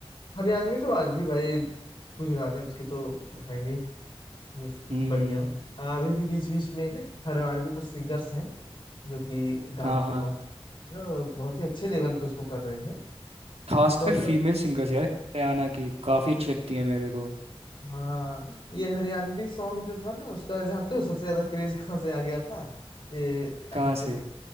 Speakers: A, on the left; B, on the right.
A: हरियाणवी तो आज भी भाई कुछ गाने उसके तो है ही मिस-
B: हम्म
A: बढ़िया अभी भी बीच बीच में हरियाणवी कुछ सिंगर्स हैं जो कि गानों
B: हाँ हाँ
A: को लॉन्च कर रहे हैं और बहुत ही अच्छे लेवल पे उसको कर रहे हैं
B: खासकर
A: तो अगर
B: फीमेल सिंगर्स यार हरियाणा की काफ़ी अच्छी लगती है मेरे को
A: हाँ ये हरियाणवी सॉन्ग जो था ना उसका जानते हो सबसे ज्यादा क्रेज कहाँ से आ गया था ये
B: कहाँ
A: हमारे
B: से